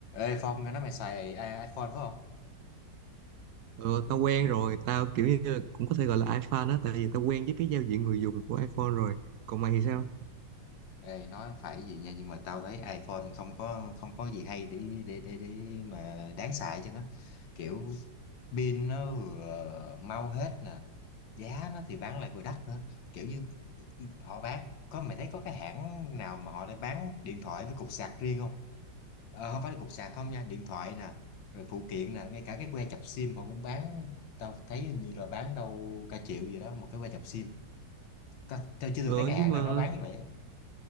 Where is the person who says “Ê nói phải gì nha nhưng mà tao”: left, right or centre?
Left